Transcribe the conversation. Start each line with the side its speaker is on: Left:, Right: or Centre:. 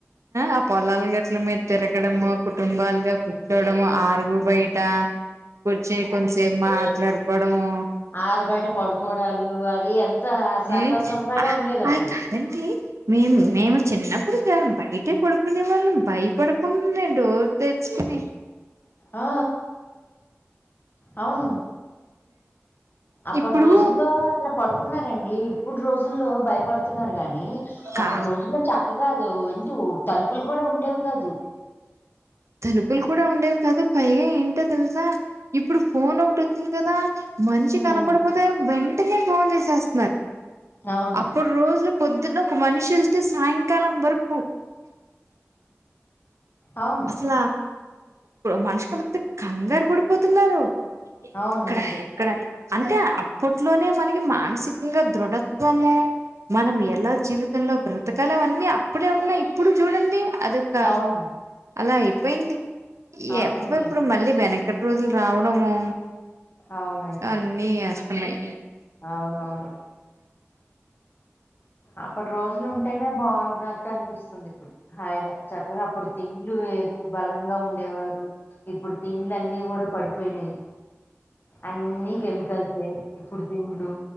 Right: ఆ పొలాల గట్ల మీ తిరగడము కుటుంబాలుగా కూర్చోవడము అరుగు బయట ట కూర్చొని కొంచసేపు మాట్లాడుకోవడము
Left: ఆర బయట పడుకోవడాలు అవి ఎంత సరదా
Right: ఉం
Left: సరదాగా
Right: అ
Left: ఉండేది అప్పుడు
Right: అది కాదండి మేము మేము చిన్నప్పుడు చాల బయట పడుకునే వాళ్ళం భయపడుకుండా డోర్ తెరుచుకుని
Left: ఆ అవును అప్పటి
Right: ఇప్పుడు
Left: రోజుల్లో అట్లా పడుకున్నారండి ఇప్పుటు రోజుల్లో భయపడుతున్నారు గాని
Right: కా
Left: అప్పుడు రోజుల్లో చక్కగా ఇంటి తలుపు తలుపులు కూడా ఉండేవి కాదు
Right: తలుపులు కూడా ఉండేవి కాదు పైగా ఏంటో తెలుసా ఇప్పుడు ఫోన్ ఒకటి వచ్చింది కదా మనిషి
Left: ఉమ్,
Right: కనపడపోతే వెంటనే ఫోన్ చేసేస్తున్నారు
Left: అవును
Right: అప్పుడు రో పొద్దున్న ఒక మనిషి వెళ్తే సాయంకాలం వరకు
Left: అవును
Right: అసలా మనిషి కనపడకపోతే కంగారు పడిపోతున్నారు
Left: అవును
Right: ఎక్కడ
Left: అవును
Right: ఎక్కడ అని ఆ అప్పట్లోనే మనకి మానసికంగా దృఢత్వము మనం ఎలా జీవితంలో బ్రతకాలం అన్నీ అప్పుడే ఉన్నా ఇప్పుడు చూడండి అదక
Left: అవును
Right: అలా అయిపోయింది
Left: అవునండి
Right: ఎప్పు ఎప్పుడు మళ్ళీ వెనకటి రోజులు రావడము
Left: అవునండి
Right: అన్నీ వస్తున్నాయి
Left: అవునవును అప్పటి రోజులు ఉంటేనే బాగుంటున్నట్టు అనిపిస్తుంది ఇప్పుడు హాయిగా చక్కగా అప్పుడు తిండ్లు వేరు బలంగా ఉండేవారు ఇప్పుడు తిండ్లు అన్ని కూడా పడిపోయినాయి అన్ని కెమికల్సే ఇప్పుడు దిండ్లు